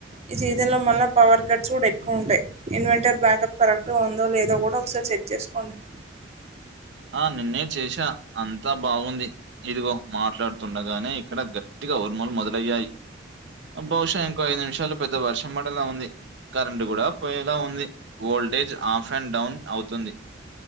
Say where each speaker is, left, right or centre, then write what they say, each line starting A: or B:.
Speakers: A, on the right; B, on the right.
A: ఈ సీజన్ లో మల్ల పవర్ కట్స్ గుడ ఎక్కువ ఉంటయి. ఇన్వెంటర్ బ్యాకప్ కరెక్ట్ గా ఉందో లేదో గుడ ఒకసారి చెక్ చేసుకోండి.
B: ఆ నిన్నే చేసా అంతా బావుంది. ఇదిగో మాట్లాడుతుండగానే ఇక్కడ గట్టిగా ఉరుములు మొదలయ్యాయి. బహుశా ఇంకో ఐదు నిమిషాలు పెద్ద వర్షం పడేలా ఉంది, కరెంట్ గుడ పోయేలా ఉంది, వోల్టేజ్ ఆఫ్ అండ్ డౌన్ అవుతుంది